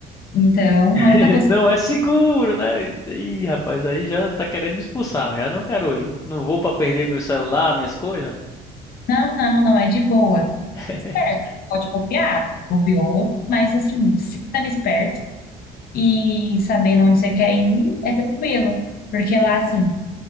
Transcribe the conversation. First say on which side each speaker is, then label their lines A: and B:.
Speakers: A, on the left; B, on the left.
A: Então,
B: <laughs>
A: a única coisa,
B: Não é seguro, né? Ih, rapaz, aí já tá querendo me expulsar. Eu não quero ir. Não vou pra perder meu celular, minhas coisas.
A: não, não, não é de boa.
B: <laughs>
A: Certo, pode bobear, bobeou, mas assim, sendo esperto. e sabendo onde você quer ir, é tranquilo. Porque lá, assim,